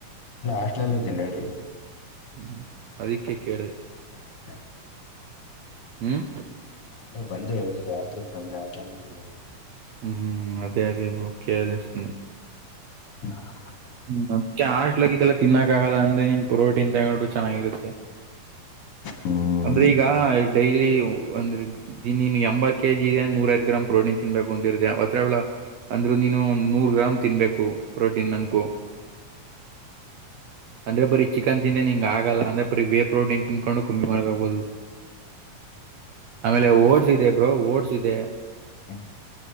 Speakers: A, on the left (about 50°); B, on the right (about 70°).
A: ಇಲ್ಲೇ ಹಾಸ್ಟ್ಳಲ್ಲ ಇದೀನಿ ಹೇಳಿ
B: ಹ್ಮ್ ಅದಿಕ್ಕೆ ಕೇಳದೆ
A: ಮತ್ತೆ
B: <unintelligible>
A: ಅಲ್ಲೇ ಬಂದೆ ಹೇಳಿಗ ಹಾಸ್ಟೆಲಗ ಬಂದೆ ಹಾಸ್ಟೇಲ್ಲಿ ಇದೀನಿ ಹೇಳಿ
B: ಹ್ಮ್ ಹ್ಮ್ ಅದೇ ಅದೇ ಬ್ರೋ ಕೇಳ್ದೆ ಸುಮ್ನೆ
A: <unintelligible>
B: ಮತ್ತೆ ಹಾಸ್ಟೆಲಲ್ಲಿ ಇದೆಲ್ಲ ತಿನ್ನಕ್ಕ ಆಗಲ್ಲ ಅಂದೆ ಪ್ರೊಟೀನ್ ತಗೊಂಡ್ರು ಚೆನ್ನಾಗಿರತ್ತೆ
A: ಹ್ಮ್
B: ಅಂದ್ರೆ ಈಗ ಡೈಲಿ ಒಂದ ದಿನಿನ್ ಎಂಬತ್ ಕೆಜಿ ನೂರೈವತ್ತ ಗ್ರಾಮ್ ಪ್ರೋಟಿನ್ ತಿನ್ಬೇಕು ಅಂತಿರುತ್ತೆ ಅವತ್ರಲ್ಲ ಅಂದ್ರು ನೀನು ಒಂದ ನೂರ್ ಗ್ರಾಮ್ ತಿನ್ಬೇಕು ಪ್ರೋಟೀನ್ ಅನ್ಕೋ ಅಂದ್ರೆ ಬರೀ ಚಿಕನ್ ತಿಂದೇನೆ ಹಿಂಗ ಆಗಲ್ಲ ಅಂದ್ರೆ ಬರಿ ಬೇ ಪ್ರೋಟನ್ ತಿನ್ಕೊಂಡು ಕಮ್ಮಿ ಮಾಡಕೊಬಹುದು ಆಮೇಲೆ ಓಡ್ಸ್ ಇದೆ ಬ್ರೋ ಓಡ್ಸ್ ಇದೆ
A: ಹ್ಮ